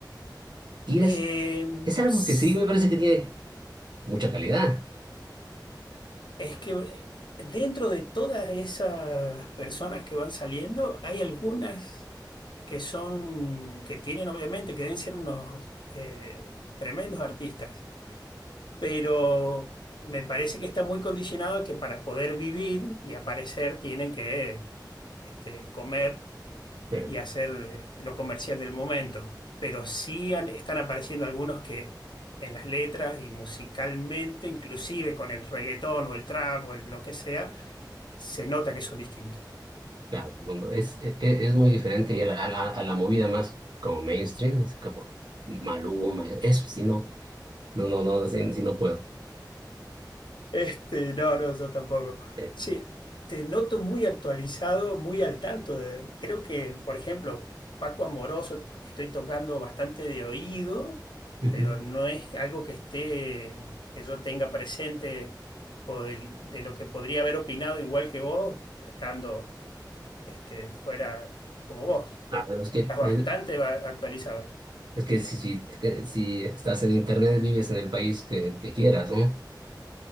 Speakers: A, on the right (about 75°); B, on the left (about 80°).
A: Y
B: Eh,
A: es, es algo
B: s-
A: que sí me parece que tiene mucha calidad.
B: es que dentro de todas esas personas que van saliendo, hay algunas que son, que tienen obviamente, que deben ser unos eh, tremendos artistas, pero me parece que está muy condicionado que para poder vivir y aparecer tienen que este, comer
A: Pero,
B: y hacer eh, lo comercial del momento. Pero sí han- están apareciendo algunos que en las letras y musicalmente, inclusive con el reggaetón o el trap o el lo que sea, se nota que son distintos.
A: claro, el mundo es, e- e- es, muy diferente y a la, a la- a la movida más como mainstream, no sé, como Maluma, eso sí, no, no, no, no, sí, sí no puedo.
B: Este, no, no, yo tampoco.
A: Eh,
B: Sí, te noto muy actualizado, muy al tanto de, creo que, por ejemplo, Paco Amoroso, estoy tocando bastante de oído,
A: ujú.
B: pero no es algo que esté, que yo tenga presente o del- de, lo que podría haber opinado igual que vos, estando este, fuera como vos.
A: Ah, pero es que,
B: Estás bastante
A: eh,
B: va- actualizado.
A: es que si, si, que si estás en internet, vives en el país que, que quieras, ¿no?